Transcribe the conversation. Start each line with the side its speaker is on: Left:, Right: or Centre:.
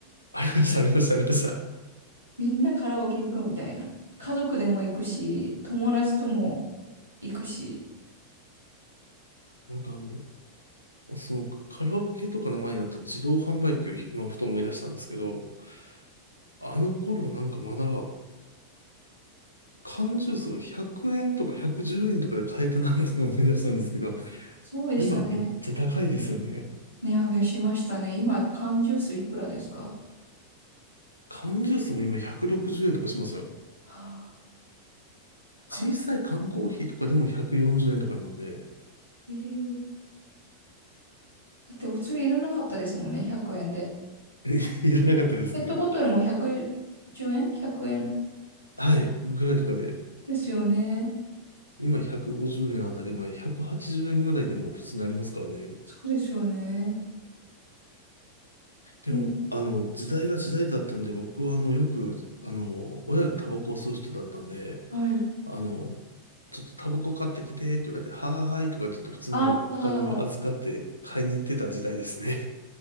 Left: ありました、ありました、ありました。
Right: みんなカラオケ行くみたいな。家族でも行くし、友達とも行くし。
Left: なんかあの、そのカラオケとかの前になった自動販売機を今ふと思い出したんですけど、あの頃なんかまだ缶ジュースが100円とか110円とかで買えたなっていうのを思い出したんですけど、
Right: そうでしたね。
Left: 今めっちゃ高いですよね。
Right: 値上げしましたね。今、缶ジュースいくらですか
Left: 缶ジュースも今160円とかしますよ。
Right: はあ、高い。
Left: 小さい缶コーヒーとかでも140円とかなんで、
Right: えーだってお釣りいらなかったですもんね、100円で。
Left: <laughs> いらなかったですね。
Right: ペットボトルも110円 ?100 円
Left: はい、ぐらいとかで、
Right: ですよね。
Left: 今150円あたり前、180円ぐらいでもう普通になりますからね。
Right: そうですよね。
Left: でも、
Right: ね、
Left: あの、時代が時代だったんで、僕はあの、よく、あの、親がタバコを吸う人だったんで、
Right: はい。
Left: あの、ちょっとタバコ買ってきてって言われて、はーいとかって言って普通にお金を預かって買いに行ってた時代ですね。
Right: あった。